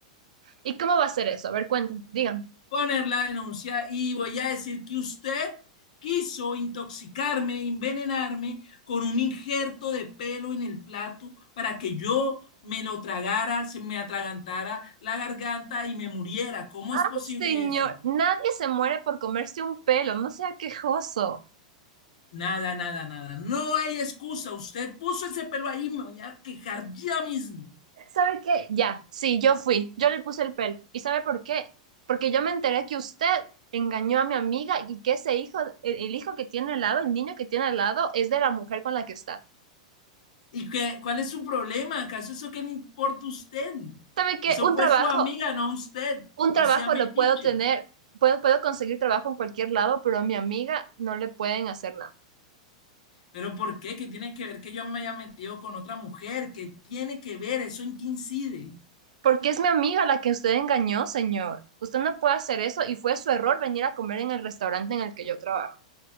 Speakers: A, on the right (about 80°); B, on the left (about 75°).
A: ¿Y cómo va a ser eso? A ver, cuéntame, dígame.
B: Poner la denuncia y voy a decir que usted quiso intoxicarme, envenenarme con un injerto de pelo en el plato para que yo me lo tragara, se me atragantara la garganta y me muriera. ¿Cómo
A: Ay,
B: es posible
A: señor,
B: eso?
A: nadie se muere por comerse un pelo, no sea quejoso.
B: Nada, nada, nada. No hay excusa. Usted puso ese pelo ahí, me voy a quejar ya mismo.
A: ¿Sabe qué? Ya, sí, yo fui, yo le puse el pelo. ¿Y sabe por qué? Porque yo me enteré que usted engañó a mi amiga y que ese hijo, el, el hijo que tiene al lado, el niño que tiene al lado, es de la mujer con la que está.
B: ¿Y qué, cuál es su problema? ¿Acaso eso qué le importa a usted?
A: ¿Sabe qué?
B: Eso
A: Un
B: fue
A: trabajo
B: su amiga, no usted.
A: Un trabajo
B: No sea metiche.
A: lo puedo tener, puedo, puedo conseguir trabajo en cualquier lado, pero a mi amiga no le pueden hacer nada.
B: ¿Pero por qué? ¿Qué tiene que ver que yo me haya metido con otra mujer? ¿Qué tiene que ver? ¿Eso en qué incide?
A: Porque es mi amiga la que usted engañó, señor. Usted no puede hacer eso y fue su error venir a comer en el restaurante en el que yo trabajo.